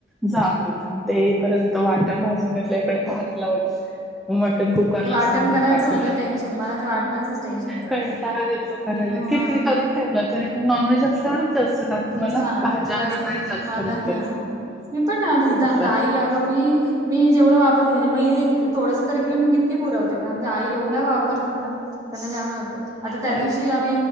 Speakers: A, in the centre; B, on the right.
A: जा बोलते मग. ते येईपर्यंत वाटण भाजून घेतलं इकडे भात लावलं. म मटन कुक.. करलाच
B: ते वाटण
A: लावुन
B: करायचं
A: टाकलं.
B: म्हणजे टेन्शन मला ते वाटणाचंच टेन्शन येतं करायला.
A: कंटाळा येतो करायला
B: हा.
A: किती करून. तरी पण नॉनव्हेज असल्यावरच जास्त लागत
B: तुमचं
A: मला.
B: हा
A: भाज्यांना
B: तुमचं जास्त
A: नाही जास्त
B: मला
A: लागत
B: हा हा मी पण ना. घेत आमच्या
A: असं
B: आई अगं मी मी जेवढं वापरते म्हणजे मी थोडंस तर मी किती पुरवते. पण आमच्या आई एवढ्या वापरत. त्यांना. त्यांना जाम लावत. आता त्यादिवशी
A: आणि
B: या